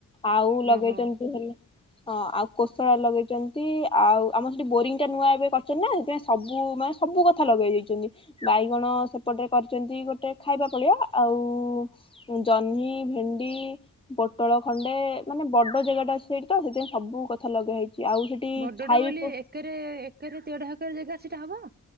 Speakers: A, on the left; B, on the right.
A: ଆଉ ଲଗେଇଚନ୍ତି
B: ଓହୋ
A: ହେଲେ ହଁ ଆଉ କୋଶଳା ଲଗେଇଚନ୍ତି ଆଉ ଆମର ସେଠି ବୋରିଙ୍ଗ ଟା ନୂଆ ଏବେ କରିଚନ୍ତି ନା ସେଥିପାଇଁ ସବୁ ମାନେ ସବୁ କଥା ଲଗେଇ ଦେଇଛନ୍ତି। ବାଇଗଣ ସେପଟରେ କରିଛନ୍ତି ଗୋଟେ ଖାଇବା ପଳିଆ ଆଉ ଜହ୍ନି, ଭେଣ୍ଡି, ପୋଟଳ ଖଣ୍ଡେ ମାନେ ବଡ ଜାଗାଟା ଅଛି ସେଇଠି ତ ସେଥିପାଇଁ ସବୁ କଥା ଲଗା ହେଇଛି। ଆଉ ସେଠି
B: ବଡଟେ
A: ଛାଇ
B: ବୋଲି
A: ବି
B: ଏକରେ ଏକରେ ତେଢା ହାକରେ ଜାଗା ସେଇଟା ହବ?